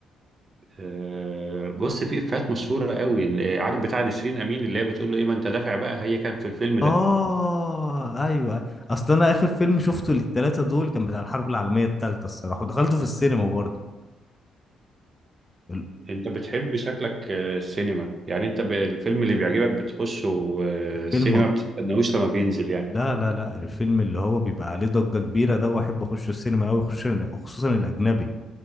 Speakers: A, on the right; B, on the left.
A: آه، بص في افيهات مشهورة قوي آه، عارف بتاع نسرين امين اللي هي بتقول له ايه ما انت دافع بقى هي كان في الفيلم ده
B: اه ايوه أيوه. اصل انا اخر فيلم شفته للتلاتة دول كان بتاع الحرب العالمية التالتة الصراحة ودخلته في السينما برضه ال-
A: انت بتحب شكلك آه، السينما يعني انت ب- الفيلم اللي بيعجبك بتخشه آه،
B: الفيلم
A: السينما
B: آه،
A: بتستناهوش لما بينزل يعني
B: لا لا لا الفيلم اللي هو بيبقى عليه ضجة كبيرة ده واحب اخش السينما قوي خصوصا خصوصا الاجنبي